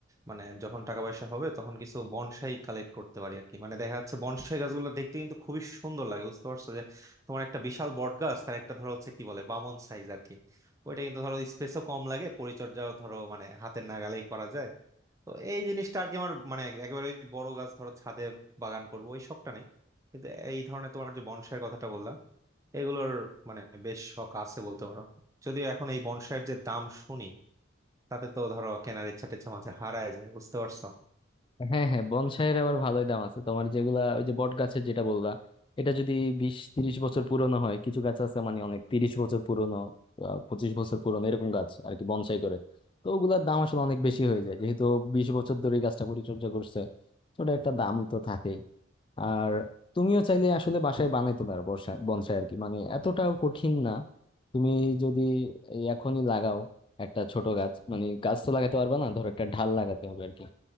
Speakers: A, on the right; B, on the left.
A: মানে যখন টাকা পয়সা হবে তখন কিছু বনসাই কালেক্ট করতে পারি আর কি মানে দেখা যাচ্ছে বনসাই গাছগুলো দেখতে কিন্তু খুবই সুন্দর লাগে বুঝতে পারছো যে তোমার একটা বিশাল বট গাছ তার একটা ধরো হচ্ছে কি বলে বামন সাইজ আর কি ওইটা কিন্তু ধরো স্পেসও কম লাগে পরিচর্যাও ধরো মানে হাতের নাগালেই করা যায় তো এই জিনিসটা আর কি আমার মানে একেবারে বড় গাছ ধরো ছাদে বাগান করবো ওই শখটা নাই কিন্তু এই ধরনের তোমার যে বনসাইয়ের কথাটা বললা এগুলোর মানে বেশ শখ আছে বলতে পারো যদিও এখন এই বনসাইয়ের যে দাম শুনি তাতে তো ধরো কেনার ইচ্ছা টেচ্ছা মাঝে হারায় যায় বুঝতে পারছো
B: হ্যাঁ হ্যাঁ বনসাইয়ের আবার ভালোই দাম আছে তোমার যেগুলা ওই যে বট গাছের যেটা বললা এটা যদি বিশ তিরিশ বছর পুরনো হয় কিছু গাছ আছে মানে অনেক তিরিশ বছর পুরনো পঁচিশ বছর পুরনো এরকম গাছ আর কি বনসাই করে তো ওগুলার দাম আসলে অনেক বেশি হয়ে যায় যেহেতু বিশ বছর ধরে এই গাছটা পরিচর্যা করছে তো ওটা একটা দাম তো থাকেই আর তুমিও চাইলে আসলে বাসায় বানাইতে পারো বর্ষা বনসাই আর কি মানে এতটাও কঠিন না তুমি যদি এই এখনই লাগাও একটা ছোট গাছ মানে গাছ তো লাগাতে পারবে না ধরো একটা ঢাল লাগাতে হবে আর কি